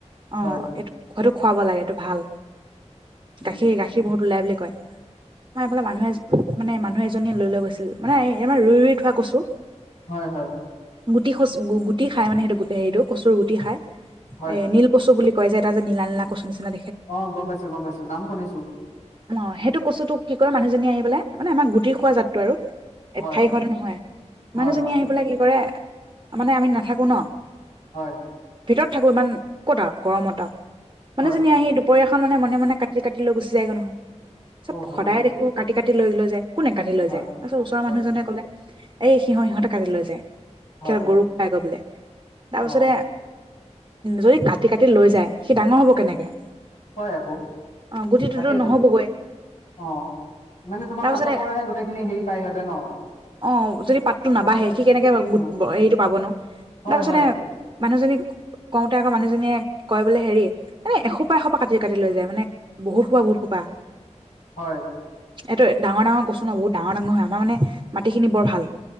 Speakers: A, on the right (about 35°); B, on the left (about 80°).
A: অ
B: হয়
A: এইটো হয়টো খোৱাব লাগে এইটো ভাল।
B: উম
A: গাখীৰ, গাখীৰ বহুত ওলাই বুলি আমাৰ এইফালে মানুহ এ মানে মানুহ এজনীয়ে লৈ লৈ গৈছিল মানে আমাৰ ৰুই ৰুই থোৱা কচু
B: হয় হয়।
A: গুটি-খুচ-গুটি খাই মানে সেইটো হে-হেৰিটো কচুৰ গুটি খাই।
B: হয়
A: এ নীল কচু বুলি কয় যে এটা যে নীলা নীলা কচু নিচিনা
B: অ গম পাইছো গম পাইছো নাম শুনিছো
A: অ সেইটো কচুতোক কি কয় মানুহজনীয়ে আহি লে মানে আমাৰ গুটি খোৱা জাতটো আৰু এ
B: হয়
A: ঠাৰি খোৱাটো নহয়
B: হয়
A: মানুহজনী
B: হয়
A: আহি পেলাই কি কৰে মানে আমি নাথাকো ন
B: হয়।
A: ভিতৰত থাকো ইমান ক'ত গৰম আৰু মানুহজনীয়ে
B: হয়
A: আহি দুপৰীয়া মানে মনে-মনে কাটি-কাটি লৈ গুচি যায়গৈ নহয় চব
B: অহ
A: সদায় দেখো কাটি কাটি লৈ লৈ যায় কোনে কাটি লৈ
B: হয়
A: যায়? তাৰপিছত ওচৰ
B: হয়
A: মানুহজনে কলে এই সিহঁ-সিহঁতে কাটি লৈ যায়।
B: হয়
A: সেই গৰুক খাই গৈ বোলে। তাৰপিছতে
B: অ
A: যদি কাটি কাটি লৈ যায় সি ডাঙৰ হ'ব কেনেকে
B: হয় আকৌ
A: অ' গুটিটোতো
B: তাকেইতো
A: নহ'বগৈ
B: অ মানে তোমাৰ
A: তাৰপিছতে
B: পাটৰ পৰাহে গোটেইখিনি হেৰি পায় সিহঁতে ন
A: অ' যদি পাতটো নাবাঢ়ে
B: তাতে
A: সি কেনেকে
B: অ
A: গোট হেৰিতটো পাব ন
B: হয়
A: তাৰ পিছতে
B: হয়
A: মানুহজনী কওঁতে আকৌ মানুহজনীয়ে কয় বোলে হেৰি এনে এসোপা এসোপা কাটি কাটি লৈ যায় মানে বহুত সোপা বহুত সোপা
B: হয়
A: এইটো ডাঙ ডাঙ কছু ন বহুত ডাঙৰ ডাঙৰ হয় আমাৰ মানে মাটি খিনি বৰ ভাল